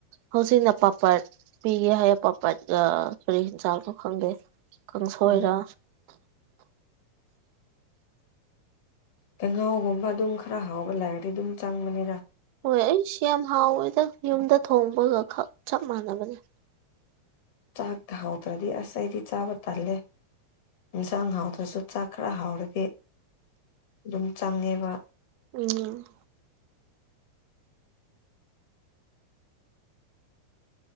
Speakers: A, on the right; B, on the left.
A: ꯍꯧꯖꯤꯛꯅ ꯄꯥꯄꯠ ꯄꯤꯒꯦ ꯍꯥꯏꯌꯦ ꯄꯥꯄꯔꯠ ꯀꯔꯤ ꯆꯥꯛꯄꯣ ꯈꯪꯗꯦ ꯀꯥꯡꯁꯣꯏꯔ
B: ꯎꯝ ꯀꯍꯥꯎꯒꯨꯝꯕ ꯑꯗꯨꯝ ꯈꯔ ꯍꯥꯎꯕ ꯂꯥꯏꯔꯗꯤ ꯑꯗꯨꯝ ꯆꯪꯕꯅꯤꯔ
A: ꯍꯣꯏ ꯑꯩꯁꯨ ꯌꯥꯝ ꯍꯥꯎꯋꯦꯗ ꯌꯨꯝꯗ ꯊꯣꯡꯕꯒ ꯈꯛ ꯆꯞ ꯃꯥꯟꯅꯕꯅꯦ
B: ꯆꯥꯛꯇ ꯍꯥꯎꯗ꯭ꯔꯗꯤ ꯑꯁ ꯑꯩꯗꯤ ꯆꯥꯕ ꯇꯜꯂꯦ ꯏꯟꯁꯥꯡ ꯍꯥꯎꯗ꯭ꯔꯁꯨ ꯆꯥꯛ ꯈꯔ ꯍꯥꯎꯔꯒ ꯑꯗꯨꯝ ꯆꯪꯉꯦꯕ
A: ꯎꯝ